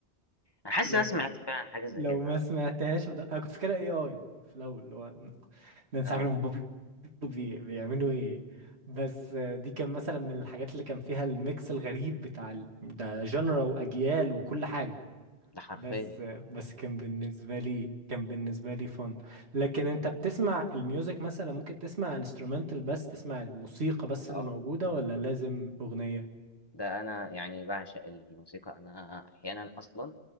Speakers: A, on the left (about 25°); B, on the right (about 70°).
A: انا حاسس
B: لو
A: إن انا سمعت فعلا حاجة زي
B: لو
A: كده
B: ما سمعتهاش بد- أنا كنت فاكرها اي اي في الأول اللي هو نانسي
A: اه
B: عجرم وبابلو بي... بيعملوا ايه بس آه، دي كان مثلا من الحاجات اللي كان فيها الميكس الغريب بتاع ال... ده جنرا وأجيال وكل حاجة
A: ده حرفيا
B: بس بس كان بالنسبة لي كان بالنسبة لي فن لكن انت بتسمع الميوزك مثلا ممكن تسمع انسترومنتال بس تسمع الموسيقى بس
A: اه
B: اللي موجودة ولا لازم أغنية
A: ده انا يعني بعشق الموسيقى انا احيانا اصلا